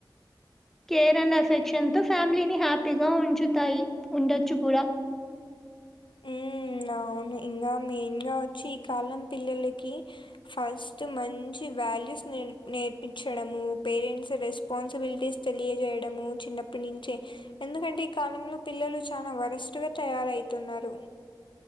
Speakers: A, in the centre; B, on the left (about 75°).
A: కేర్ అండ్ అఫెక్షన్ తో ఫ్యామిలీని హ్యాపీగా ఉంచుతాయి ఉండొచ్చు కూడా
B: ఉ అవును ఇంకా మెయిన్ గా వచ్చి ఈ కాలం పిల్లలకి ఫస్ట్ మంచి వాల్యూస్ నే నేర్పించడము పేరెంట్స్ రెస్పా న్సిబిలిటీస్ తెలియజేయడము చిన్నప్పటి నుంచే ఎందుకంటే ఈ కాలంలో పిల్లలు చాలా వరస్టుగా తయారవుతున్నారు